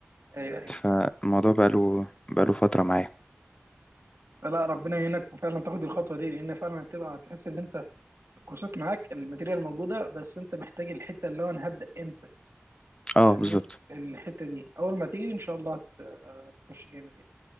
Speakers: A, on the right; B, on the left.
A: ايوه ايوه
B: فالموضوع بقاله بقاله فترة معايا
A: فلا ربنا يعينك وفعلا تاخد الخطوه دي لان فعلا هتبقى هتحس ان انت الكورسات معاك الماتيريال موجوده بس انت محتاج الحته اللي هو انا هبدا امتى
B: اه
A: فاهمني
B: بالظبط
A: الحته دي اول ما تيجي ان شاء الله هت- هتخش جامد يعني